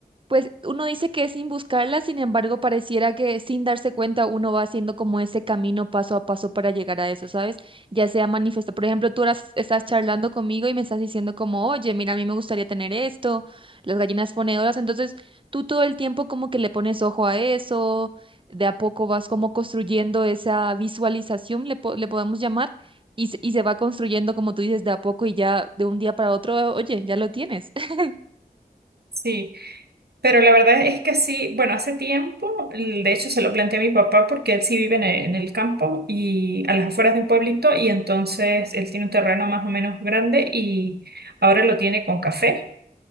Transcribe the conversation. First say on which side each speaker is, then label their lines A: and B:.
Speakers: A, on the right (about 35°); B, on the right (about 85°).
A: Pues uno dice que es sin buscarla, sin embargo, pareciera que sin darse cuenta uno va haciendo como ese camino paso a paso para llegar a eso, ¿sabes? Ya sea manifiesto. Por ejemplo, tú ahora estás charlando conmigo y me estás diciendo como, oye, mira, a mí me gustaría tener esto, las gallinas ponedoras. Entonces, tú todo el tiempo como que le pones ojo a eso, de a poco vas como construyendo esa visualización, le, po- le podemos llamar, y, se- y se va construyendo, como tú dices, de a poco y ya de un día para otro, oye, ya lo tienes. <laughs>
B: Sí, pero la verdad es que sí, bueno, hace tiempo, l- de hecho se lo planteé a mi papá porque él sí vive en e- en el, campo y a las afueras de un pueblito y entonces él tiene un terreno más o menos grande y ahora lo tiene con café.